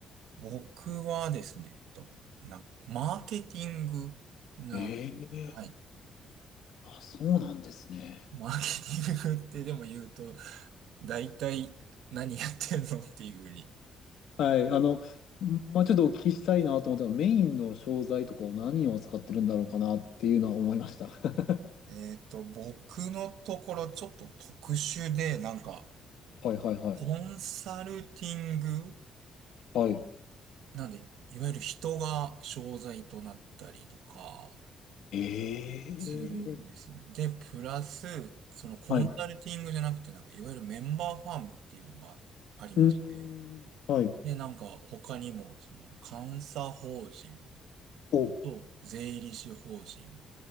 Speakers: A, on the right (about 80°); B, on the left (about 75°).
A: 僕はですね、えっと、な、マーケティングな、
B: ええ
A: はい。
B: あ、そうなんですね。
A: マーケティングってでも言うと、大体何やってんのっていうふうに。
B: はい、あの、まあ、ちょっとお聞きしたいなと思ったら、メインの商材とかを何を扱ってるんだろうかなっていうのは思いました。<laughs>
A: えっと、僕のところちょっと特殊で、なんか、
B: はいはいはい。
A: コンサルティング
B: はい。
A: なんで、いわゆる人が商材となったりとか、
B: ええ
A: するんですね。で、プラス、そのコンサルティングじゃなくて、
B: はい。
A: なんか、いわゆるメンバーファームっていうのがありまして、
B: うーん。はい。
A: で、なんか、他にも、その、監査法人
B: お、
A: と税理士法人、